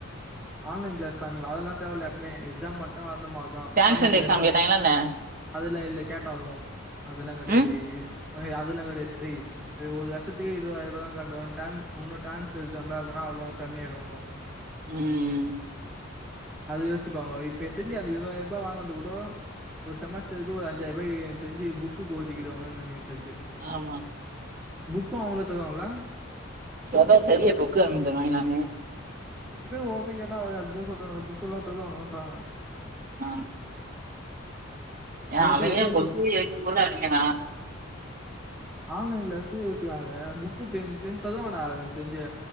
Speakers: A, in the centre; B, on the right (about 45°).
A: ஆன்லைன் கிளாஸ் தா நீ வரெல்லா தேவல்ல எப்பிமே எக்ஸா மட்டுதா வரனுமா
B: டிரான்ஸ்ஜெண்டர்
A: ஆன்லைன் கிளாஸ்
B: எக்ஸாம் கேட்டாங்களா என்ன
A: அதெல்லா இல்ல கேட்ட அதுவு அதெல்லா கிடையாது
B: ம்
A: அதெல்லா கிடையாதுடே இது ஒரு வருஷத்துக்கே இது இவ்ளோதா கட்டணு டென் இன்னு டான்ஸ் எக்ஸாம்லா எழுதுனா அவளதா கம்மி ஆயிடு இன்னு
B: ம்
A: அது யோசிப்பாங்க இப்ப எனக்கு தெரிஞ்சு அந்த இருபதாயிர ரூபா வாங்குறது கூட ஒரு சமஸ்டருக்கு ஒரு அஞ்சாயிரூாயி எனக்கு தெரிஞ்சி புக்குக்கு ஒதுக்கிடுவாங்கன்னு நெனக்குற எனக் தெரிஞ்சி
B: ஆமா
A: புக்கு அவுங்களே தருவாங்கல
B: சத பெரிய புக்கு வாங்கி நானே
A: பேர் ஒவ்வருத்தன் கேட்டா அப்பிடிதா சொல்றா புக்கு எல்லா தருவாங்கன்றாங்க
B: ஆ ஏ
A: அது
B: அவிங்கனே
A: எதுக்கு எக்ஸாம்
B: கொச்டின்
A: ஃபீஸ்
B: எழுதும் போது அவிங்கனா
A: ஆன்லைன் கிளாஸ் வைக்கலாங்க புக்கு தெ தெர்ஞ்சு தருவாங்க டா எனக்கு தெர்ஞ்சு